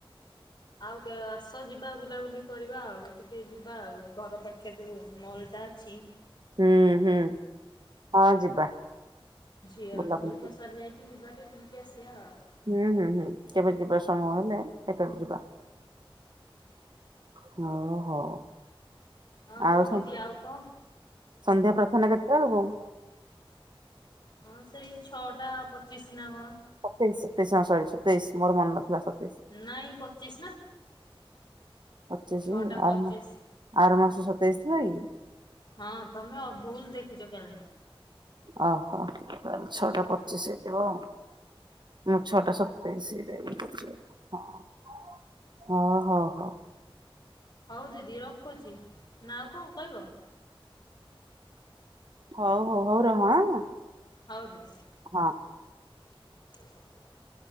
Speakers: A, on the left (about 50°); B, on the right (about 55°).
A: ଆଉ କେବେ ଆସ ଯିବା ବୁଲାବୁଲି କରିବା ଆଉ ଟିକେ ଯିବା ଆଉ ଘର ପାଖେ ଯୋଉ ମଲ୍ ଟା ଛିଇ।
B: ହୁଁ ହୁଁ ହଁ ଯିବା।
A: ଝିଅର
B: ବୁଲାବୁଲି
A: ତ ପରୀକ୍ଷା
B: କରି
A: ସରିଯାଇଚି ଯିବା ଟିକେ ବୁଲିକି ଆସିଆ ଆଉ।
B: ହୁଁ ହୁଁ ହୁଁ କେବେ ଯିବା ସମୟ ହେଲେ ଏକାଠି ଯିବା। ହଁ ହଉ।
A: ହଁ ହଉ
B: ଆଉ
A: ଦିଦି ଆଉ କଁ
B: ସନ୍ଧ୍ୟା ପ୍ରାର୍ଥନା କେତେଟାଳୁକୁ?
A: ହଁ ସେଇ ଛଟା ପଚିଶ୍ ନା କଣ?
B: ସତେଇଶ୍ ସତେଇଶ୍ ହଁ ସରି ସତେଇଶ୍ ମୋର ମନ ନଥିଲା ସ
A: ନାଇଁ ପଚିଶ୍ ନା
B: ପଚିଶି
A: ଛଅଟା
B: ଆର
A: ପଚିଶ୍।
B: ମା ଆର ମାସ ସତେଇଶ ଥିଲା କି?
A: ହଁ ତମେ ଅ ଭୁଲ୍ ଦେଖିଚ କ୍ୟାଲେଣ୍ଡର।
B: ଅ ହ ତାହେଲେ ଛଅଟା ପଚିଶ୍ ହେଇଥିବ ଆଉ। ହୁଁ ଛଅଟା ସତେଇଶି ରେ ଇଏକରୁଚି ଆଉ ହଁ। ହଁ ହଁ ହ।
A: ହଉ ଦିଦି ରଖୁଚି ନା ଆଉ କଁ କଇବ?
B: ହଉ ହଉ ହଉ ରହ ଆଁ
A: ହଉ ଦିଦି।
B: ହଁ।
A: <inaudible>